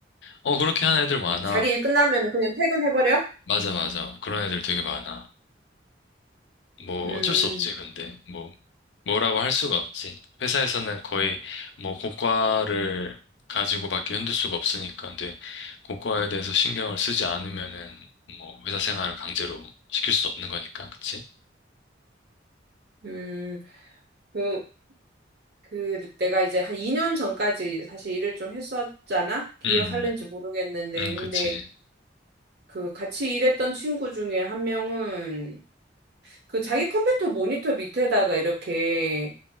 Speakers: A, on the left; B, on the right.
A: 어 그렇게 하는 애들 많아
B: 자기 일 끝나면 그냥 퇴근해버려?
A: 맞아 맞아 그런 애들 되게 많아 뭐
B: 음,
A: 어쩔 수 없지, 근데. 뭐, 뭐라고 할 수가 없지. 회사에서는 거의 뭐 고과를 가지고 밖에 흔들 수가 없으니까. 근데 고과에 대해서 신경을 쓰지 않으면은 뭐 회사 생활을 강제로 시킬 수도 없는 거니까. 그치?
B: 음, 그, 그, 내가 이제 한 2년 전까지 사실 일을 좀 했었잖아? 기억할는지
A: 음, 음,
B: 모르겠는데,
A: 음,
B: 근데
A: 그치.
B: 그 같이 일했던 친구 중에 한 명은 그 자기 컴퓨터 모니터 밑에다가 이렇게